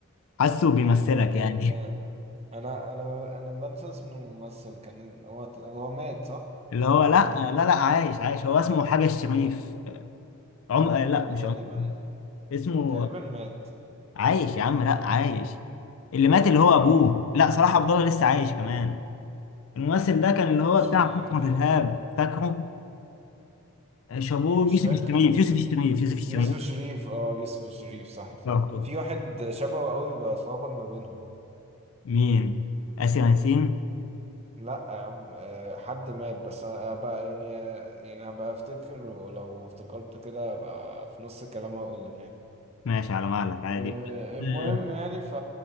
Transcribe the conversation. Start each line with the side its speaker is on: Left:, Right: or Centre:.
Left: حاسه بيمثلك
Right: كان
Left: يعني
Right: انا انا انا بنسى اسم الممثل كان هو هو مات صح؟
Left: <laughs> اللي
Right: انا فاكر
Left: هو لا
Right: ان هو مات
Left: لا لا عايش عايش هو اسمه حاجة الشريف عم آه، لا مش
Right: تقريبا
Left: عم اسمه
Right: تقريبا مات
Left: عايش يا عم لا عايش اللي مات اللي هو أبوه لا صلاح عبد الله لسه عايش كمان الممثل ده كان اللي هو
Right: مش
Left: بتاع
Right: عارف
Left: فكرة الإرهاب فاكره آه، شابوه
Right: مش
Left: يوسف
Right: فاكر
Left: الشريف يوسف الشريف يوسف الشريف
Right: يوسف الشريف اه يوسف الشريف صح صح
Left: برضه
Right: في واحد شبهه قوي بتلخبط ما بينهم
Left: مين آسر ياسين
Right: لا يا عم آه، حد مات بس انا بقى يعني يعني هبقى افتكر ولو افتكرت كده هبقى في نص الكلام اقول لك يعني
Left: ماشي على مهلك عادي
Right: آه، المهم
Left: اه
Right: يعني ف